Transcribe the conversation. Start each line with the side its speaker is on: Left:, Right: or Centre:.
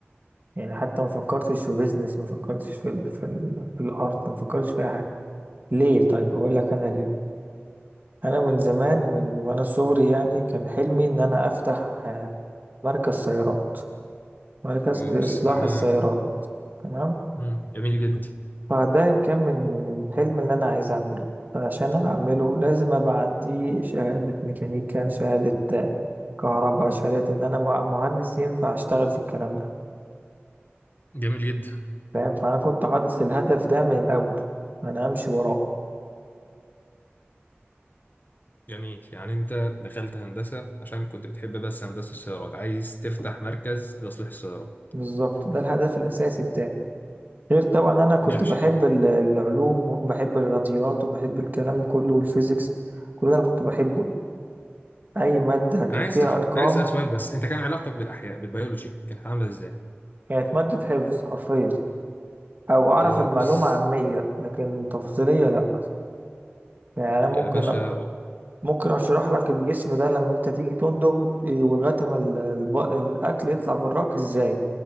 Right: يعني حتى ما فكرتش في بيزنس ما فكرتش في ال... في ال... في الارت ما فكرتش في اي حاجة ليه طيب اقول لك انا ليه انا من زمان من وانا صغري يعني كان حلمي ان انا افتح مركز سيارات مركز
Left: اوبس
Right: لإصلاح
Left: تمام
Right: السيارات تمام
Left: مم. جميل جدا
Right: فده كان من من الحلم اللي أنا عايز أعمله فعشان أنا أعمله لازم أبقى عندي شهادة ميكانيكا شهادة آه، كهرباء شهادة إن أنا مع- مهندس ينفع أشتغل في الكلام ده
Left: جميل جدا
Right: فاهم فأنا كنت حاطط الهدف ده من الأول أنا أمشي وراه
Left: جميل يعني انت دخلت هندسة عشان كنت بتحب بس هندسة السيارات عايز تفتح مركز لتصليح السيارات
Right: بالظبط ده الهدف الأساسي بتاعي غير طبعا أنا كنت
Left: يا باشا
Right: بحب ال- العلوم وبحب الرياضيات وبحب الكلام كله والفيزيكس كل ده أنا كنت بحبه أي مادة كان
Left: انا عايز
Right: فيها
Left: أف...
Right: أرقام
Left: عايز اسأل سؤال بس انت كان علاقتك بالاحياء بالبيولوجي كانت عاملة ازاي
Right: كانت مادة حفظ حرفيا أو أعرف
Left: اوبس
Right: المعلومة عامية لكن تفصيلية لأ يعني أنا ممكن
Left: يا باشا
Right: ممكن أشرح لك الجسم ده لما أنت تيجي تندغ إيه، ولغاية ما ال- الب- الأكل يطلع براك إزاي